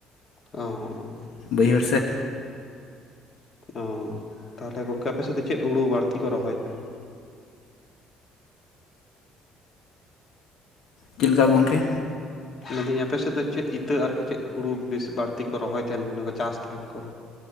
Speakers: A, on the left (about 35°); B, on the left (about 70°).
A: ᱚᱻ ᱾
B: ᱵᱟᱹᱭᱦᱟᱹᱲ ᱥᱮᱫ
A: ᱚᱻ ᱛᱟᱦᱚᱞᱮ ᱜᱚᱝᱠᱮ ᱟᱯᱮ ᱥᱮᱫ ᱫᱚ ᱪᱮᱫ ᱦᱩᱲᱩ ᱵᱟᱹᱲᱛᱤ ᱠᱚ ᱨᱚᱦᱚᱭ ᱛᱟᱦᱮᱱᱟ?
B: ᱪᱮᱫ ᱞᱮᱠᱟ ᱜᱚᱝᱠᱮ?
A: ᱢᱮᱱᱫᱟᱹᱧ ᱟᱯᱮ ᱥᱮᱫ ᱫᱚ ᱪᱮᱫ ᱤᱛᱟᱹ ᱟᱨᱠᱤ ᱪᱮᱫ ᱦᱩᱲᱩ ᱵᱮᱥ ᱵᱟᱹᱲᱛᱤ ᱠᱚ ᱨᱚᱦᱚᱭ ᱛᱟᱦᱮᱱ, ᱢᱟᱱᱮ ᱠᱚ ᱪᱟᱥ ᱛᱟᱦᱮᱱ ᱠᱚ ᱾